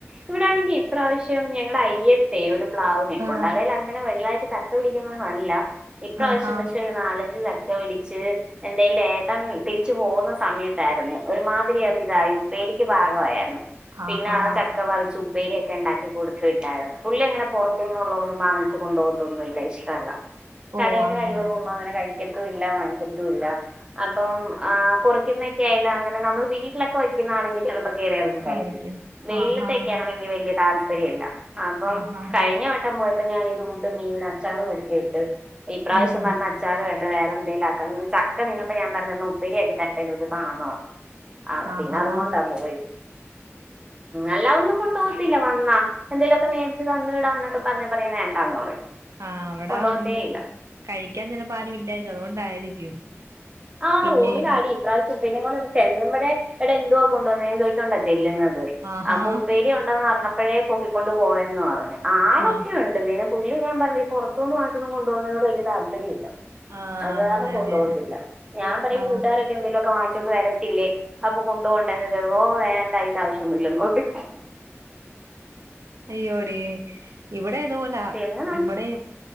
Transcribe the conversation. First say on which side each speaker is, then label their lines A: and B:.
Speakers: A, on the right; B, on the right.
A: ഇവിടാണെങ്കിൽ ഇപ്രാവശ്യം ഞങ്ങടെ അയ്യ ത്തെ ഒരു പ്ലാവ് നിപ്പുണ്ട്
B: ആ
A: അതേലങ്ങനെ വല്തായിട്ട് ചക്ക പിടിക്കുന്നൊന്നല്ല ഇപ്രാവശ്യം
B: ആഹാ
A: പക്ഷെ നാലഞ്ച് ചക്ക പിടിച്ച് എന്തായ്ല് ഏട്ടൻ തിരിച്ചു പോകുന്ന സമയത്തായിരുന്നു. ഒരുമാതിരി അത് ഇതായി ഉപ്പേരിക്ക് പാകആയാര്ന്നു
B: ആഹാ
A: പിന്നെ ആ ചക്ക പറിച്ചു പേരിയൊക്കെ ഉണ്ടാക്കി കൊടുത്ത് വിട്ടായിരുന്നു പുള്ളി അങ്ങനെ പൊറത്തുന്നുന്ന് ഒന്നും ഒന്നും വാങ്ങിച്ച് കൊണ്ടുപോകതൊന്നുല്ല ഇഷ്ടല്ല.
B: ഓ
A: കടേന്ന്
B: അങ്ങനെ
A: കഴിവതും ഒന്നും അങ്ങനെ കഴിക്കര് ക്ക്‌ല്ല വ <unintelligible> ത്തുല്ല അപ്പം കുറിക്കുന്നെ ഒക്കെ <unintelligible> നമ്മള് വീട്ടിലൊക്കെ വെക്കുന്നാണെങ്കി ചെലപ്പോ കേറി <unintelligible>
B: കഴിക്കും
A: കായിക്കും വെളിയിലൊക്കെ
B: ആഹാ
A: വെക്കാണെങ്കി വെല്യേ തായ് ശെരിയല്ല അപ്പം
B: ആഹാ
A: കഴിഞ്ഞവട്ടം പോയപ്പോ ഞാൻ ഇത് കൂട്ട് മീനും അച്ചാറും ഒരുക്കിവിട്ട്. ഇപ്രാവശ്യം
B: ഉം
A: പറഞ്ഞ ആച്ചാർ വേണ്ട വേറെന്തങ്കിലാക്കന്ന് ചക്ക നിന്നപ്പോ ഞാൻപറഞ്ഞു ഉപ്പേരിയാകി തരട്ടേ ചോതിച്ചപ്പോ ആന്ന് പറഞ്ഞു. ആഹ്
B: ആഹാ
A: പിന്നെ അതും കൊണ്ടാ പോയത് അല്ലാതെ ഒന്നും കൊണ്ടോവി ല്ല വന്നാ എന്തേലുഒക്കെ മേടിച്ച് തന്നു വിടാന്നൊക്കെ പറഞ്ഞ പറയും വേണ്ടാന്ന് പറയും
B: ആഹ് അവിടെ
A: കൊണ്ടുപോകത്തേ ഇല്ല
B: കഴിക്കാൻ ചെലപ്പോ ആരും ഇല്ലായിരിക്കും അതുകൊണ്ടായിരിക്കും.
A: ആഹ്
B: പിന്നെ
A: റൂമിലാടി. ഇപ്രാവശ്യം ഉപ്പേരിം കൊണ്ടാണ്ട് ചെല്ലുമ്പയേ എടാ എന്തുവാ കൊണ്ടുവന്നേന്ന് ചോയിച്ചോണ്ടാ ചെല്ലുന്നത്.
B: ആഹാ
A: അപ്പൊ ഉപ്പേരി ഉണ്ടെന്ന് പറഞ്ഞപ്പോഴേ പൊക്കിക്കൊണ്ട് പോയന്ന് പറഞ്ഞു ആളൊക്കെയു
B: ആ
A: ണ്ട് പിന്നെ പുള്ളി ഞ്ഞാ പറഞ്ഞില്ലെ ഈ പൊറത്തൂന്ന് വാങ്ങിച്ചൊന്നും കൊണ്ട്പോകുന്നേനോട് വെല്യേ താല്പര്യം ഇല്ല
B: ആ
A: അത്
B: അങ്ങനെ
A: കാരണം കൊണ്ടു പോകത്തില്ല ഞാൻ പറയും
B: ആ
A: കൂട്ടാരൊക്കെ എന്തെലിലൊക്കെ വാങ്ങി ച്ചോണ്ട് വരത്തില്ലേ അപ്പൊ കൊണ്ടോവണ്ടേ <unintelligible> ഓ വേണ്ട അയിന്റെ ആവശ്യം ഒന്നുല്ലന്ന് <unintelligible>
B: അയ്യോടീ ഇവിടെ അതുപോലാ
A: പിന്നെ
B: ഇവിടെയും